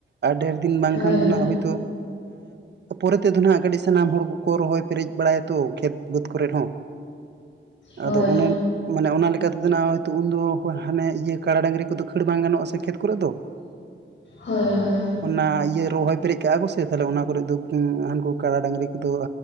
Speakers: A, on the right (about 60°); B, on the left (about 70°).
A: ᱟᱨ ᱰᱷᱮᱨ ᱫᱤᱱ ᱵᱟᱝᱠᱷᱟᱱ
B: ᱦᱳᱭ
A: ᱫᱚ
B: ᱦᱳᱭ
A: ᱦᱩᱭᱛᱚ ᱯᱚᱨᱮ ᱛᱮᱫᱚ ᱱᱟᱜ ᱠᱟᱹᱴᱤᱡ ᱥᱟᱱᱟᱢ ᱦᱚᱲ ᱠᱚ ᱠᱚ ᱨᱚᱦᱚᱭ ᱯᱮᱨᱮᱡ ᱵᱟᱲᱟᱭᱟᱛᱚ ᱠᱷᱮᱛ ᱵᱟᱹᱫᱽ ᱠᱚᱨᱮ ᱦᱚᱸ,
B: ᱦᱳᱭ
A: ᱟᱫᱚ ᱚᱱᱮ ᱢᱟᱱᱮ ᱚᱱᱟ ᱞᱮᱠᱟᱛᱮᱫᱚ ᱦᱚᱭᱛᱳ ᱩᱱᱫᱚ ᱦᱟᱱᱮ ᱤᱭᱟᱹ ᱠᱟᱲᱟ ᱰᱟᱝᱨᱤ ᱠᱚᱫᱚ ᱠᱷᱟᱹᱲ ᱵᱟᱝ ᱜᱟᱱᱚᱜᱼᱟ ᱥᱮ ᱠᱷᱮᱛ ᱠᱚᱨᱮ ᱫᱚ,
B: ᱦᱳᱭ ᱦᱳᱭ᱾
A: ᱚᱱᱟ ᱤᱭᱟᱹ ᱨᱚᱦᱚᱭ ᱯᱮᱨᱮᱡ ᱠᱟᱜᱼᱟ ᱠᱚᱥᱮ ᱛᱟᱦᱚᱞᱮ ᱚᱱᱟ ᱠᱚᱨᱮᱫ ᱫᱚ ᱦᱟᱹᱱᱠᱩ ᱠᱟᱲᱟ ᱰᱟᱹᱟᱝᱨᱤ ᱠᱚᱫᱚ,